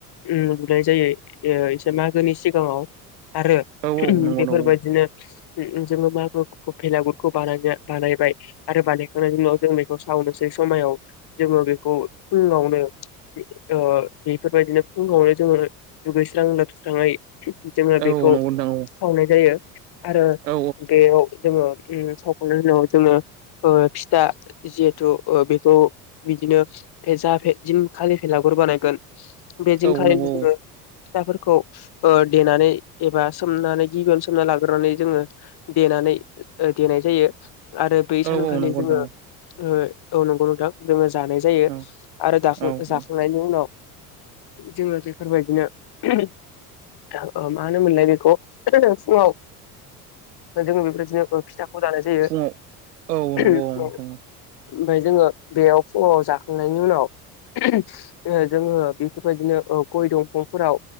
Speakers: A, on the left (about 55°); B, on the right (about 80°).
A: ओम लुनाय जायो ओ इसे मागोनि सिगाङाव आरो
B: औ औ
A: ओम
B: नंगौ
A: बेफोरबायदि
B: नंगौ
A: बिदिनो जोङो मागो भेलागुरखौ बानायनो बानायबाय आरो बानायखांनायनि उनाव जों बेखौ सावनोसै समायाव जेबो बेखौ फुङावनो ओ बेफोरबायदिनो फुङावनो जोङो दुगैस्रां लोबस्राङै जोङो
B: औ
A: बेखौ
B: औ नंगौ नोंथां
A: सावनाय जायो आरो
B: औ
A: बेयाव जोङो ओम सावखांनायनि उनाव जोङो ओ फिथा जिहेथु ओ बिखौ बिदिनो <unintelligible> दिन खालि भेलागुर बानायगोन बे दिन
B: औ
A: खालिनो
B: नंगौ
A: जोङो फिथाफोरखौ ओ देनानै एबा सोमनानै गिबियावनो सोमना ला ग्रोनानै जोङो देनानै ओ देनाय जायो आरो बै
B: औ
A: सानखालि
B: औ नंगौ
A: जोङो
B: नोंथां
A: ओ औ नंगौ नोंथां जोङो जानाय जायो
B: औ औ
A: आरो दाखां
B: औ
A: जाखांनायनि उनाव जोङो बेफोरबायदिनो <unintelligible> <unintelligible> ओ माहोनोमोनलाय बेखौ <unintelligible> फुङाव जोङो बेबायदिनो फिथाखौ जानाय जायो
B: फुङाव औ
A: उनाव <unintelligible>
B: नंगौ औ नोंथां
A: ओफफ्राय जोङो बेयाव फुङाव जाखांनायनि उनाव जोङो बेफोरबायदिनो गय दंफांफोराव